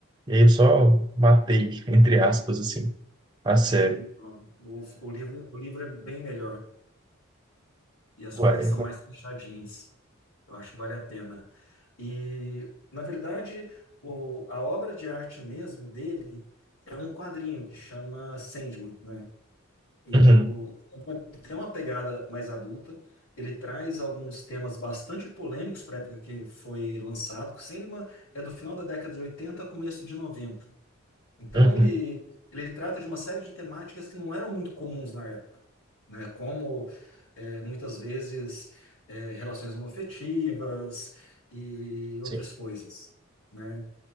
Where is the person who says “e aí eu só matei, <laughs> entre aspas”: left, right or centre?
Right